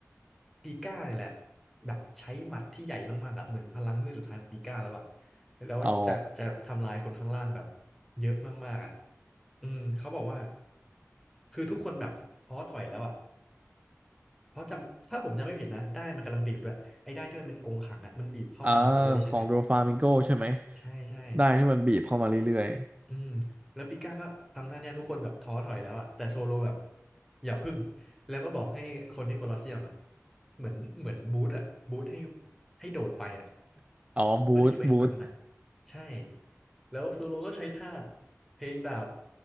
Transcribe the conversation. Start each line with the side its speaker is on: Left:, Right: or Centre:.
Centre: ปีก้าเนี่ยแหละแบบใช้หมัดที่ใหญ่มากๆอ่ะเหมือนพลังเฮือกสุดท้ายของปีก้าแล้วอ่ะแล้วจะจะทำลายคนข้างล่างแบบ
Right: อ๋อ
Centre: เยอะมากๆอ่ะอืมเขาบอกว่าคือทุกคนแบบท้อถอยแล้วอ่ะ เพราะจำถ้าผมจำไม่ผิดนะได้มันกำลังบีบด้วยไอ้ได้ที่มันเป็นกรงขังอ่ะมันบีบเข้ามาหาเรื่อยๆใช่ไหม
Right: อ่าของโดฟามิงโกใช่ไหม
Centre: ใช่ใช่
Right: ได้ที่มันบีบเข้ามาเรื่อย
Centre: อืมแล้วปิก้าก็ทำท่าเนี้ยทุกคนแบบท้อถอยแล้วอะแต่โซโลแบบอย่าพึ่งแล้วก็บอกให้คนที่โคลอสเซียมอะเหมือนเหมือนบูธอะบูธให้ให้โดดไปอะ
Right: ๆอ๋อบูทบูท
Centre: เพื่อที่จะไปฟันอะใช่แล้วโซโลก็ใช้ท่าเพลงดาบ